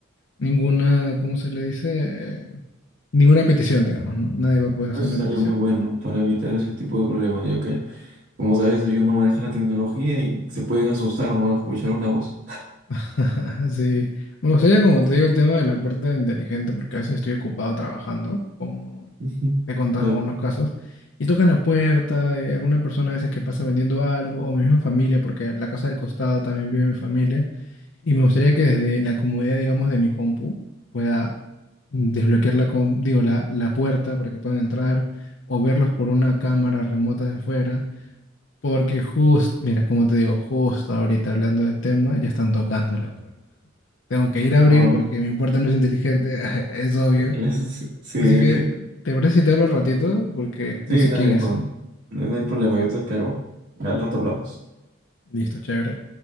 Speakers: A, on the left; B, on the right.
A: ninguna, ¿cómo se le dice? Eh, ninguna petición, digamos, ¿no? Nadie va a poder hacer
B: Eso
A: una
B: estaría
A: petición.
B: muy bueno para evitar ese tipo de problemas, ya que, como sabes, ellos no manejan la tecnología y se pueden asustar o no escuchar una voz.
A: <laughs> Sí. Me gustaría, como te digo, el tema de la puerta inteligente, porque a veces estoy ocupado trabajando, como
B: <laughs> Ujú.
A: te he contado
B: Claro.
A: en algunos casos, y tocan la puerta, eh, alguna persona a veces que pasa vendiendo algo, o mi misma familia, porque en la casa del costado también vive mi familia. Y me gustaría que desde la comodidad, digamos, de mi compu pueda mm, desbloquear la, com- digo, la, la puerta para que puedan entrar o verlos por una cámara remota de fuera. Porque justo, mira, como te digo, justo ahorita hablando del tema, ya están tocando la puerta. Tengo que ir a abrir
B: Oh,
A: porque mi puerta no es inteligente, <laughs> es obvio.
B: claro, <laughs> sí,
A: Así que,
B: sí,
A: ¿te parece si te hablo al ratito? Porque
B: sí,
A: no sé
B: dale,
A: quién es.
B: Juan. No no hay problema, yo te espero. Al rato hablamos.
A: Listo, chévere.